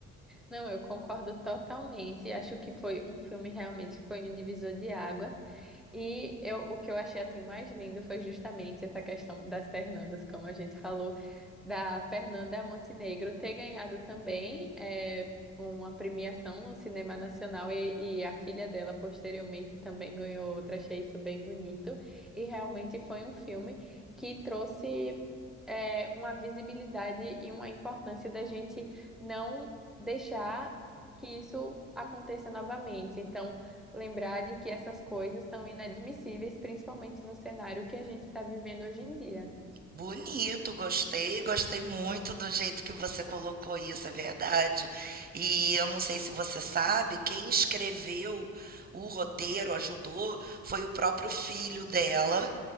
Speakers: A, in the centre; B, on the right.
A: Não, eu concordo totalmente. Acho que foi um filme realmente foi um divisor de águas. E eu, o que eu achei assim mais lindo foi justamente essa questão das Fernandas, como a gente falou, da Fernanda Montenegro ter ganhado também eh, uma premiação no cinema nacional e, e a filha dela posteriormente também ganhou outra. Achei isso bem bonito. E realmente foi um filme que trouxe é, uma visibilidade e uma importância da gente não deixar que isso aconteça novamente. Então, lembrar de que essas coisas são inadmissíveis, principalmente no cenário que a gente está vivendo hoje em dia.
B: Bonito, gostei, gostei muito do jeito que você colocou isso, é verdade. E eu não sei se você sabe, quem escreveu o roteiro, ajudou, foi o próprio filho dela,